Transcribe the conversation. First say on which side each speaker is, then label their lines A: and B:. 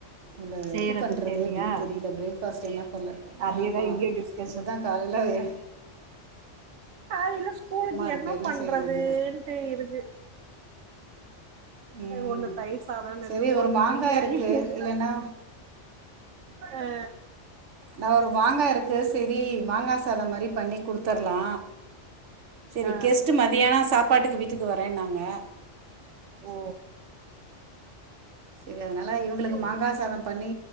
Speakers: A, on the right; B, on the right.
A: இந்த
B: செய்யறதுன்னு
A: இது பண்றது
B: தெர்லியா
A: அப்டின் தெரியலா பிரெக் பஸெல்லா தொல்ல
B: அதேதா
A: ஆமா
B: இங்கயு டிஸ்கஷன்
A: இதுதா காலையில எ
B: காலில ஸ்கூலுக்கு
A: இருக்குது
B: என்ன பண்றதூன்ட்டு
A: செய்கிறதுன்னு
B: இருக்கு
A: ம்
B: ஒண்ணு தயிர் சாதொன்னுது
A: சரி ஒரு
B: ஒண்ணு
A: மாங்காய்
B: பிரியாணினுது
A: இருக்குது இல்லைன்னா
B: ஆ
A: நா ஒரு வாங்கா இருக்கு ஸ் செரி மாங்கா சாதம் மாரி பண்ணி குடுத் தர்லா செரி
B: ஆ ஆ
A: கெஸ்ட்டு மத்தியானொ சப்பாட்டுக்கு வீட்டுக்கு வரேன்னாங்க
B: ஓ
A: ங்கனால இவங்களுக்கு
B: சரி
A: மாங்கா
B: சரி.
A: சாதம் பண்ணி